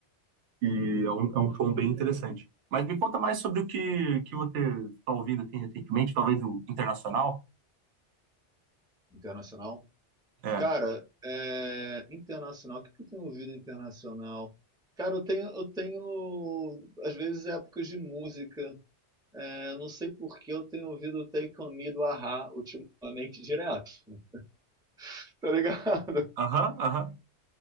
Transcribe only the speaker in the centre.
Internacional?
Cara, é... internacional, o que que eu tenho ouvido internacional? Cara, eu tenho, eu tenho, às vezes, épocas de música. É, não sei por que eu tenho ouvido o Take On Me do Ahá ultimamente direto. <laughs> Tá ligado?